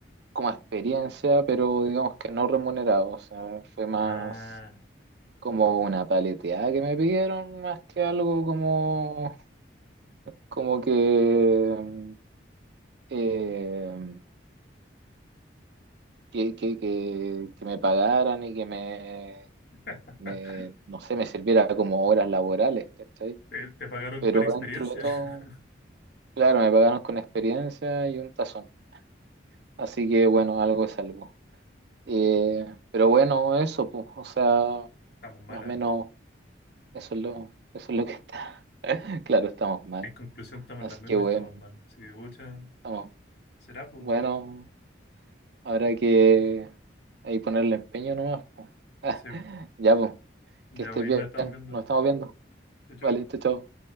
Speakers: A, on the right; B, on the left.
A: como experiencia, pero digamos que no remunerado. O sea, fue
B: Ah,
A: más como una paleteada que me pidieron, más que algo como, como que, mm, eh, que, que, que, que me pagaran y que me,
B: <laughs>
A: me, no sé, me sirviera como horas laborales, ¿cachai?
B: te, te pagaron
A: Pero
B: con experiencia.
A: dentro de todo,
B: <laughs>
A: Claro, me pagaron con experiencia y un tazón. Así que bueno, algo es algo. Eh, pero bueno, eso, pues, o sea,
B: Estamos mal,
A: más o
B: ¿eh?
A: menos eso es lo, eso es lo que está. <laughs> Claro, estamos mal.
B: En conclusión, estamos
A: Así
B: en la misma
A: que bueno,
B: y estamos mal. Así que, pucha,
A: estamos.
B: será, pues.
A: Bueno, habrá que ahí ponerle empeño nomás, pues. <laughs>
B: Sí,
A: Ya, pues,
B: ya
A: que estés
B: hoy
A: bien.
B: nos estamos viendo.
A: Nos estamos viendo.
B: Chau, chau.
A: Vale, chao, chao.